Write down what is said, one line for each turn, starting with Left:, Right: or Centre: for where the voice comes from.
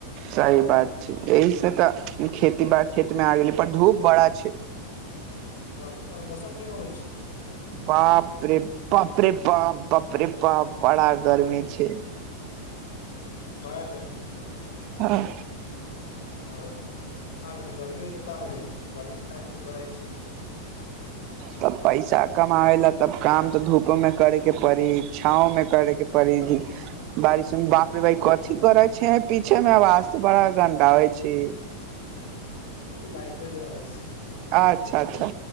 Right: सही बात छै, एहि से तऽ खेती बऽ खेत मे आ गेले पर धूप बड़ा छै।
Left: वर्षा मौसम केहेन होइ छै
Right: बाप रे बाप रे पाप बाप रे पाप बड़ा गार्मि छै।
Left: <inaudible> बऽ
Right: हँ।
Left: आरो का बै गर्मीमे तऽ क हो गर्मीमे तऽ आदमी रहै छै।
Right: तब पैसा कमाबे ला तब काम तऽ धूपो मे करेके परड़ी छाओ मे करे के। परिधि। बारिश मे बाप रे बाइ
Left: हँ
Right: कथी करै छै, पीछे मे आवाज तऽ बड़ा गन्द हो छै।
Left: लाइटो जरबे रहबै छै।
Right: अच्छा अच्छा